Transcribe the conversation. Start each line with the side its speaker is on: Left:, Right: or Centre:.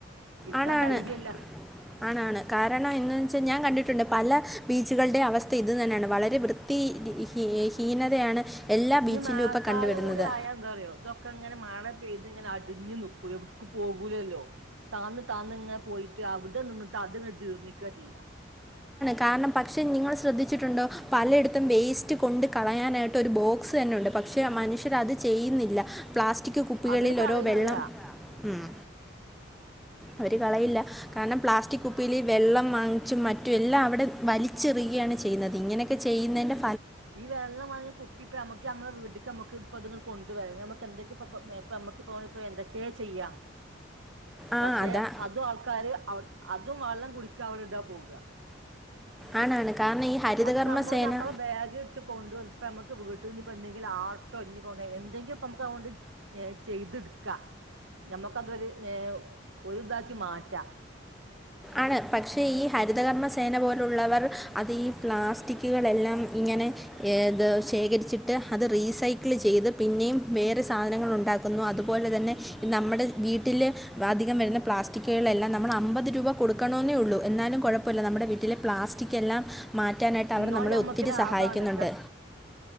Right: ഇരിക്കാൻ
Centre: ആണാണ് ആണാണ്
Right: ധൈര്യമല്ല
Centre: ആണാണ് ആണാണ് കാരണം ഇന്ന് ച്ചെ ഞാൻ കണ്ടിട്ടുണ്ട്. പല ബീച്ചുകള്ടെ അവസ്ഥ ഇത് തന്നെണ് വളരെ വൃത്തി ഹ ഹീനതയാണ് എല്ലാ ബീച്ചിലും
Right: ഇഞ് മാഴക്കാലം
Centre: ഇപ്പം കണ്ടുവരുന്നത്
Right: കൂടി ആയാ എന്താ അറിയോ ഇതൊക്കെ ഇങ്ങനെ മഴ പെയ്ത് ഇങ്ങനെ അടിഞ്ഞു നിക്കും എവിട്ക്കും പോകൂലല്ലോ താന്ന് താന്ന് ഇങ്ങനെ പോയിട്ട് അവിടെ നിന്നിട്ട് അത്ങ്ങനെ ജീർണ്ണിക്ക ചെയ്യാം
Centre: കാരണം പക്ഷെ നിങ്ങൾ ശ്രദ്ധിച്ചിട്ട്ണ്ടോ പലയിടത്തും വേയ്സ്റ്റ് കൊണ്ട് കളയാനായിട്ട് ഒരു ബോക്സ് തന്നെ ഉണ്ട് പക്ഷെ മനുഷ്യർ അത് ചെയ്യുന്നില്ല പ്ലാസ്റ്റിക് കുപ്പികളിൽ
Right: അതിൽ കളയൂല
Centre: ഒരോ വെള്ളം ഉം അവര് കളയില്ല കാര്ണം പ്ലാസ്റ്റിക് കുപ്പിയിൽ വെള്ളം വാങ്ങിച്ചും മറ്റും പറ്റും എല്ലാ അവിടെ വലിച്ചെറിയാണ് ചെയ്യുന്നത് ഇങ്ങനെക്കെ ചെയ്യുന്നെൻ്റെ
Right: ഈ വെള്ളം വാങ്ങി കുപ്പിപ്പം അമക്ക് മ്മടെ വീട്ട്ക്ക് നമക്ക് ഇപ്പ കൊണ്ടുവര നമക്ക് എന്തൊക്കെപ്പ മേപ്പ നമ്മക്കിപ്പം എന്തൊക്കെയേ ചെയ്യാം
Centre: ആ
Right: പക്ഷെ
Centre: അതാ
Right: അതും ആൾക്കാര് അവി ആ അതും വെള്ളം കുടിക്ക അവടെ ഇടാ പോകാ
Centre: ആണാണ് കാരണം ഈ ഹരിതകർമ്മ
Right: അത് നമ്മൾ
Centre: സേന
Right: നമ്മളെ ബേഗ് ഇട്ട് കൊണ്ടുവന്ന ഇപ്പ നമ്മക്ക് വീട്ട് ഇഞ്ഞ്പ്പെന്തെങ്കിലു ആട്ടോ ഇഞ്ഞ് പോ എന്തെങ്കിപ്പൊ നമക്ക് അഹോണ്ട് ചെയ്ത് ഇട്ക്ക ഞമ്മക്ക് അതൊരു ഒര് ഒര് ഇതാക്കി മാറ്റാ
Centre: ആണ് പക്ഷേ ഈ ഹരിതകർമ്മ സ് സേന പോലുള്ളവർ അത് ഈ പ്ലാസ്റ്റിക്കുകളെല്ലാം ഇങ്ങനെ ഇത് ശേഖരിച്ചിട്ട് അത് റീസൈക്കിൾ ചെയ്ത് പിന്നെയും വേറെ സാധനങ്ങൾ ഉണ്ടാക്കുന്നു അതുപോലെ തന്നെ നമ്മുടെ വീട്ടിൽ അധികം വരുന്ന പ്ലാസ്റ്റിക്കുകളെല്ലാം നമ്മള് അമ്പത് രൂപ കൊടുക്കണോ ള്ളു എന്നാലും കുഴപ്പമില്ല നമ്മുടെ വീട്ടിലെ പ്ലാസ്റ്റിക് എല്ലാം മാറ്റാനായിട്ട് അവർ
Right: എന്നാലും
Centre: നമ്മളെ
Right: ഞമ്മക്ക്
Centre: ഒത്തിരി
Right: ലാഭാണ്
Centre: സഹായിക്കുന്നുണ്ട്